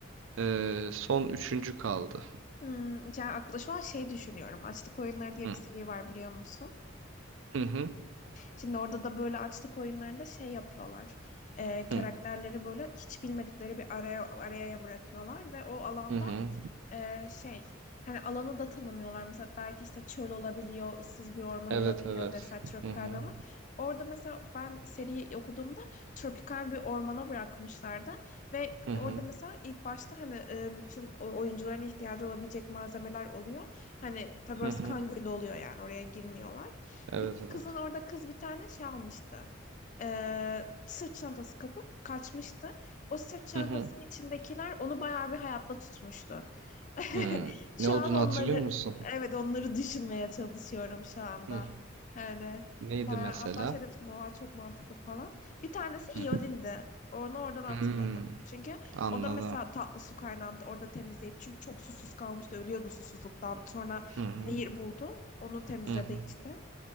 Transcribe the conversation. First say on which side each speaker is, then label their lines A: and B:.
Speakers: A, on the right (about 75°); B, on the left (about 40°).
A: Ee, son üçüncü kaldı.
B: Hmm, yani aklı şu an şey düşünüyorum. Açlık Oyunları diye
A: Hı.
B: bir seri var biliyor musun?
A: Hı hı.
B: Şimdi orada da böyle açlık oyunlarında şey yapıyorlar. Ee, karakterleri
A: Hı.
B: böyle hiç bilmedikleri bir araya araya bırakıyorlar ve o alanda
A: Hı hı.
B: e, şey hani alanı da tanımıyorlar. Mesela belki işte çöl olabiliyor, ıssız bir orman
A: Evet
B: olabiliyor
A: evet.
B: vesaire tropikal
A: Hı hı.
B: bir orman. Orada mesela ben seriyi okuduğumda tropikal bir ormana bırakmışlardı ve
A: Hı hı.
B: orada mesela ilk başta hani e, bütün o- oyuncuların ihtiyacı olabilecek malzemeler oluyor. Hani tabii
A: Hı
B: orası
A: hı.
B: kan gölü oluyor yani oraya girmiyorlar.
A: Evet
B: Bir
A: evet.
B: kızın orada kız bir tane şey almıştı. E, sırt çantası kapıp kaçmıştı. O sırt çantasının
A: Hı hı.
B: içindekiler onu bayağı bir hayatta tutmuştu. <laughs>
A: Hı.
B: Şu
A: Ne olduğunu
B: an onları
A: hatırlıyor musun?
B: evet onları düşünmeye çalışıyorum şu anda.
A: Hı.
B: Yani
A: Neydi
B: bayağı
A: mesela?
B: hatta şey demiştim oha çok mantıklı falan. Bir tanesi iyodindi.
A: Hı.
B: Onu oradan hatırladım.
A: Hmm,
B: Çünkü
A: anladım.
B: o da mesela tatlı su kaynağını orada temizleyip çünkü çok susuz kalmıştı ölüyordu susuzluktan. Sonra
A: Hı hı.
B: nehir buldu. Onu temizledi
A: Hı hı.
B: içti.